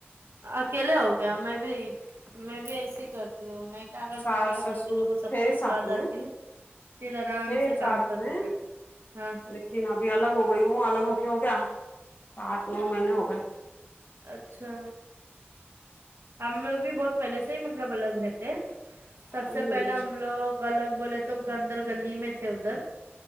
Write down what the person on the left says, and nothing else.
ساس
سسر
تھے
ساتھ
میں
تھے
ساتھ
میں
لیکن ابھی الگ ہو گئی ہوں الگ ہو کے ہو گیا آٹھ نو مہینے ہو گئے
ہوں